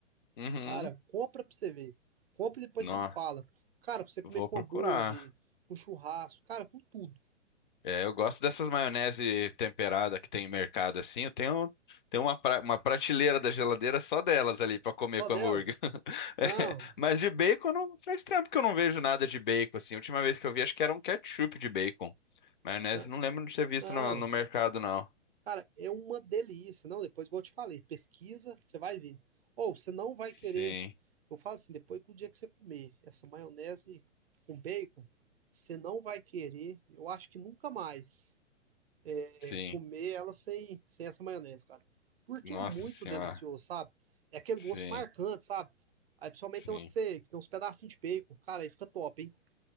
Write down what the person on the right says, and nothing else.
Cara, compra pra você ver. Compra e depois
você me fala. Cara, pra você comer
com
hambúrguer, com churrasco, cara, com tudo.
Só
delas?
Não,
não,
não.
Cara, é uma delícia. Não, depois, igual eu te falei, pesquisa, você vai ver. Ou você não vai
querer. Eu falo assim, depois que o dia que você comer essa maionese com bacon, você não vai querer, eu acho que nunca mais.
é comer ela sem, sem essa maionese, cara. Porque
é muito
delicioso, sabe? É aquele
gosto marcante, sabe? Aí principalmente
tem uns, que você- que tem uns pedacinhos de bacon. Cara, aí fica top, hein?